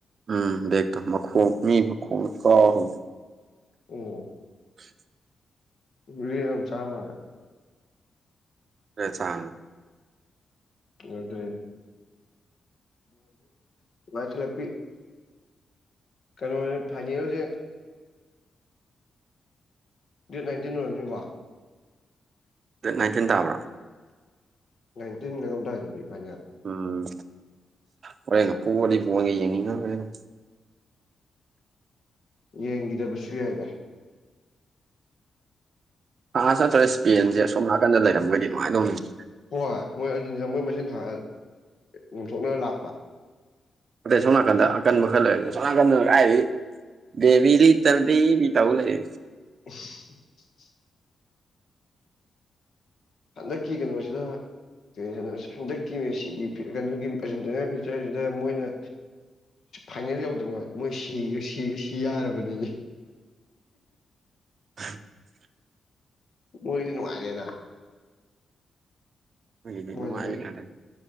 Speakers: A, on the right (about 55°); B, on the left (about 60°).
A: ꯎꯝꯣ ꯃ
B: ꯑꯣ
A: ꯃꯤ ꯃꯈ ꯑ ꯍꯣ
B: ꯎꯝ
A: <inaudible>
B: ꯎ ꯑꯗꯨꯝ ꯆꯥꯃꯔ
A: ꯄꯆꯅ
B: ꯑꯗꯨꯗꯦ ꯣꯖꯁ ꯂꯄꯤ ꯀꯩꯅꯣ ꯐꯥꯏꯅꯤꯜꯁꯦ ꯗꯦꯠ ꯅꯥꯏꯟꯇꯤꯟ ꯑꯣꯏꯔꯅꯤꯀꯣ
A: ꯗꯦꯠ ꯅꯥꯏꯟꯇꯤꯟ ꯇꯥꯕ꯭ꯔꯥ
B: ꯟꯇꯤꯟꯝꯗꯔꯗꯤ ꯄꯥ
A: ꯎꯝ ꯍꯣꯔꯦ ꯉ ꯄꯑꯗꯤ ꯄꯣꯟꯒ ꯌꯦꯡꯅꯤꯡꯉ ꯍꯦꯅ
B: ꯌꯦꯡꯒꯤꯗꯕꯁꯨꯨ ꯌꯥꯏꯒ
A: ꯑ ꯅꯠꯇ꯭ꯔꯦ ꯁ ꯏꯁꯄꯦꯟꯁꯦ ꯑꯁꯣꯝ ꯅꯥꯀꯟꯗ ꯂꯩꯔꯝꯒꯗꯤꯅꯨꯡꯉꯥꯏꯗꯧꯅꯤꯅꯦ
B: ꯍꯣꯏ ꯍꯣꯏ ꯃꯣꯏ ꯑꯗꯨ ꯃꯣꯏ ꯃꯆꯤꯟ ꯊ ꯉꯣꯝꯊꯣꯛꯅ ꯂꯥꯛꯄ
A: ꯑꯇꯩ ꯁꯣꯝꯅꯥꯀꯟꯗ ꯑꯀꯟꯕ ꯈꯔ ꯂꯩꯔꯣ ꯁꯣꯝꯅꯥꯀꯟꯗ ꯍꯥꯏꯗꯤ ꯗꯦꯕꯤꯔꯤ ꯏꯇꯗꯤ ꯃꯤ ꯇꯥꯎ ꯂꯩ
B: <inaudible>
A: <unintelligible>
B: ꯍꯟꯗꯛꯀꯤ ꯀꯩꯅꯣꯁꯤꯗ ꯍꯟꯗꯛꯀꯤ ꯁꯤꯒꯤ ꯀꯩꯅꯣꯒꯤ ꯐꯤꯆꯔꯁꯤꯗ ꯃꯣꯏꯅ ꯐꯥꯏꯅꯦꯜ ꯌꯧꯗ꯭ꯔꯕ ꯃꯣꯏ ꯁꯤꯒ ꯁꯤꯒ ꯁꯤ ꯌꯥꯔꯕꯅꯤꯅꯦ
A: <inaudible>
B: ꯃꯣꯏꯗꯤ ꯅꯨꯡꯉꯥꯏꯔꯦꯅ
A: ꯃꯣꯏꯒꯤꯗꯤ
B: ꯃꯣꯏꯗꯗꯤ
A: ꯅꯨꯡꯉꯥꯏꯕ ꯉꯥꯛꯇꯅꯤ